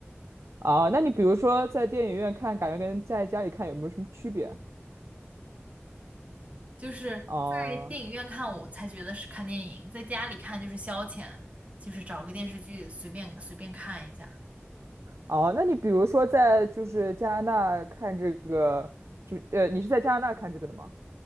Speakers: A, on the right; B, on the right.
A: 啊，那你比如说在电影院看，感觉跟在家里看有没有什么区别？
B: 就是在电影院看我才觉得是看电影，
A: 啊？啊
B: 在家里看就是消遣，就是找个电视剧随便随便看一下。
A: 哦，那你比如说在就是加拿大看这个，就呃，你是在加拿大看这个的吗？